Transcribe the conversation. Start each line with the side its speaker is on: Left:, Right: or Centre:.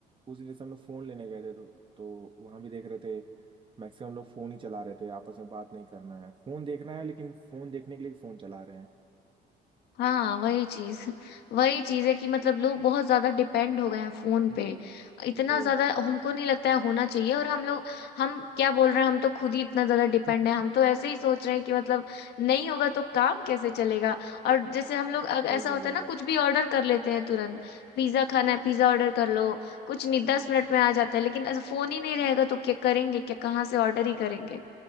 Right: उस दिन जैसे हम लोग फोन लेने गए थे तो तो वहां भी देख रहे थे मैक्सिमम लोग फोन ही चला रहे थे आपस में बात नहीं करना है फोन देखना है लेकिन फोन देखने के लिए फोन चला रहे हैं
Left: हाँ वही चीज वही चीज है कि मतलब लोग बहुत ज्यादा डिपेंड हो गए हैं फोन
Right: हम्म।
Left: पे इतना
Right: ये तो
Left: ज्यादा हमको नहीं लगता है होना चाहिए और हम लोग हम क्या बोल रहे हैं हम तो खुद ही इतना ज्यादा डिपेंड
Right: <laughs>
Left: है हम तो ऐसे ही सोच रहे हैं कि मतलब नहीं होगा तो काम कैसे चलेगा और जैसे हम लोग अग-
Right: सही
Left: ऐसा
Right: बोल
Left: होता
Right: रही
Left: है ना
Right: हो
Left: कुछ भी ऑर्डर कर लेते हैं तुरंत पिज्जा खाना है पिज्जा ऑर्डर कर लो कुछ नहीं दस मिनट में आ जाता है लेकिन ऐसा फोन ही नहीं रहेगा तो क्या करेंगे क्या कहाँ से ऑर्डर ही करेंगे